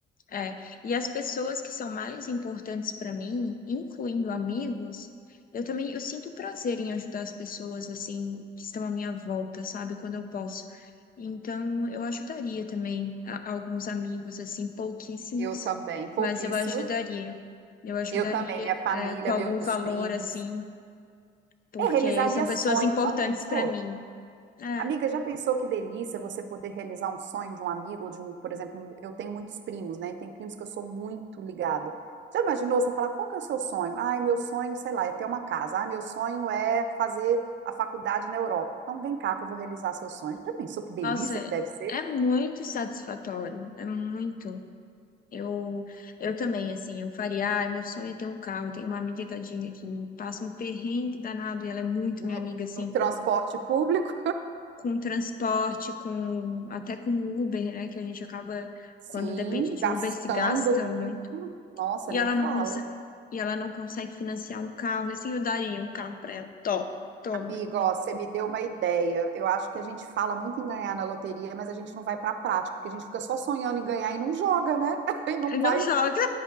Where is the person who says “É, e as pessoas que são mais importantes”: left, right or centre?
Left